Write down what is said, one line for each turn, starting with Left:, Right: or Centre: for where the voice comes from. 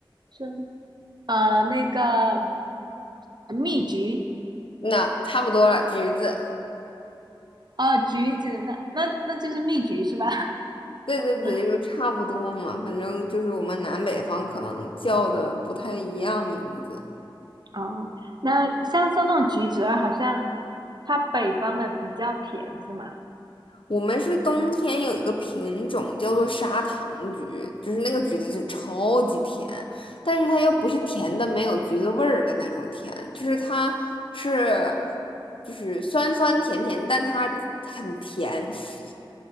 Right: 酸。呃，那个蜜橘，
Left: 那差不多了，橘子。
Right: 哦，橘子，那那那就是蜜橘是吧？
Left: 对对对，
Right: <laughs>
Left: 就是差不多嘛，反正就是我们南北方可能叫的不太一样名字。
Right: 哦，那像像那种橘子的话，好像它北方的比较甜，是吗？
Left: 我们是冬天有一个品种叫做砂糖橘，就是那个橘子就超级甜，但是它又不是甜的没有橘子味儿的那种甜，就是它是就是酸酸甜甜，但它很甜。<laughs>